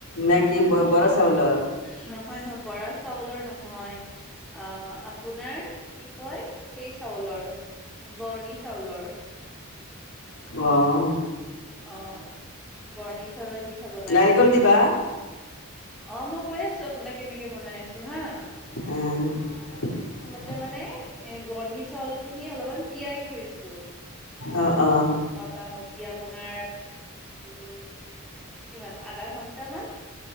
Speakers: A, on the left (about 80°); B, in the centre.
A: নে
B: নহয়
A: কি
B: ', -নহয়
A: বৰা চাউলৰ
B: - নহয় বৰা, চাউলৰ নহয় আহ', আপোনাৰ কি কয় সেই চাউলৰ বৰ্ণি চাউলৰ।
A: অহ ',
B: অ', বৰ্ণি চাউলৰ পিঠ, পিঠা বনাই
A: নাৰিকল
B: আছো
A: দিবা
B: ৰ',। অ ', মই কৈ আছো, আপোনাক কেনেকে বনাই আছো হা, '
A: আঁ,
B: তাতে মানে এ ', বৰ্ণি চাউল খিনি অলপমান তিয়াই থৈছো,
A: অহ - অহ
B: মোটামুটি আপোনাৰ? উম, ' কিমান আধা ঘন্টামান?